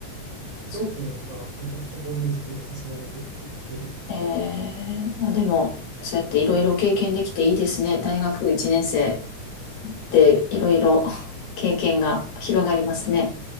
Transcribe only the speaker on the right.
同期の子がめちゃくちゃコーヒー好きで誘われてっていう経緯で